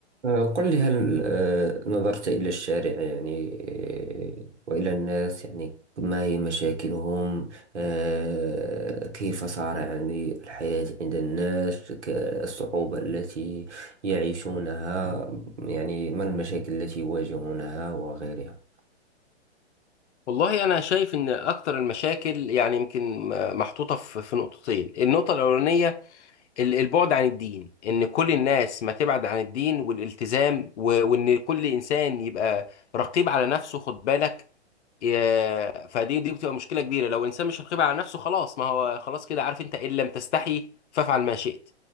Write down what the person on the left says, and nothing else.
والله انا شايف ان اكتر المشاكل يعني يمكن محطوطه في في نقطتين النقطه الاولانيه ال- البعد عن الدين ان كل الناس ما تبعد عن الدين والالتزام و- وان كل انسان يبقى رقيب على نفسه خد بالك يا- فدي دي بتبقى مشكله كبيره لو انسان مش رقيب على نفسه خلاص ما هو خلاص كده عارف انت ان لم تستحي فافعل ما شئت